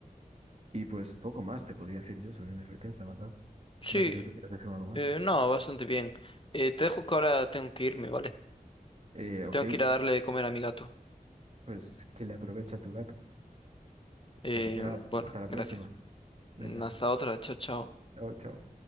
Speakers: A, on the right; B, on the left.
A: Y pues poco más te podría decir yo sobre NFTs, la verdad.
B: Sí,
A: No sé si tú quieres decir algo más.
B: Eh, no, bastante bien. Eh, te dejo que ahora tengo que irme, ¿vale?
A: Eh, ok,
B: Tengo que ir a darle de comer a mi gato.
A: pues que le aproveche a tu gato.
B: Eh,
A: Así que nada,
B: bueno,
A: hasta la
B: gracias.
A: próxima. Venga,
B: Mm, Hasta otra. Chao, chao.
A: chao, chao.